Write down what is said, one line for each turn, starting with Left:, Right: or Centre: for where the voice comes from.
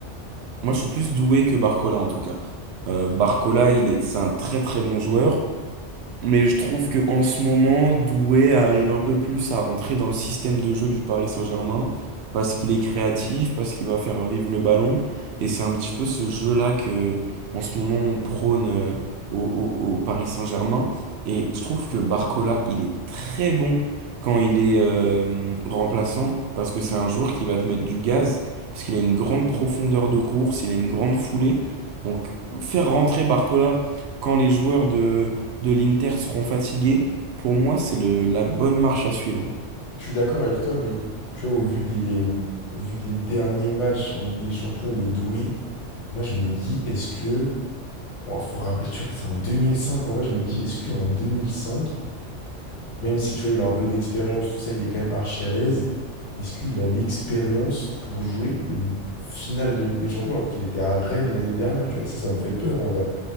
Right: Moi, je suis plus doué que Barcola, en tout cas. Euh, Barcola,
Left: Je
Right: il est... c'est un très très bon joueur. Mais je trouve que en ce moment, Doué arrive un peu plus à rentrer dans le système de jeu du Paris Saint-Germain parce qu'il est créatif, parce qu'il va faire vivre le ballon. Et c'est un petit peu ce jeu-là que, en ce moment, on prône euh, au, au- au Paris Saint-Germain. Et je trouve que Barcola, il est très bon quand il est euh, remplaçant parce que c'est un joueur qui va te mettre du gaz, parce qu'il a une grande profondeur de course, il a une grande foulée. Donc, faire rentrer Barcola quand les joueurs de de l'Inter seront fatigués, pour moi, c'est le, la bonne marche à suivre.
Left: suis d'accord avec toi, mais tu vois, au vu des, au vu des derniers matchs en Ligue des Champions de Doué, moi, je me dis, est-ce que... Il faut rappeler, tu vois, que c'est en 2005. En vrai, je me dis, est-ce qu'en 2005, même si, tu vois, il a un peu d'expérience, tout ça, il est quand même archi à l'aise, est-ce qu'il a l'expérience pour jouer une finale de Ligue des Champions alors qu'il était à Rennes l'année dernière, tu vois? Et ça, ça me fait peur, en vrai.